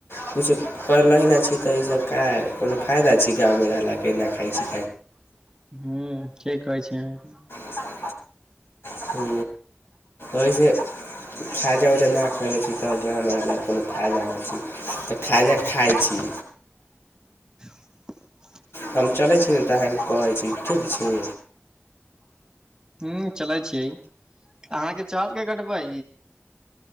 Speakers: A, on the left (about 65°); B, on the right (about 15°).
A: किछु करि लै नहि छी तऽ ई सब क अपनो। खाय डाय छी गमे रहल क न खाय छी।
B: ह ठीक कहै छै अहाँके
A: <unintelligible> ह ओहिसे। खाजा ऊजा न आखै छी। त जाँ हमरा ल कोनो फायदा नहि छै तऽ। खाजक खाइ छी।
B: <unintelligible>
A: हम चलै छी ने तऽ अहके कहै छी ठीक छी।
B: हू चलै छिय। अहाँके चर के कटबै।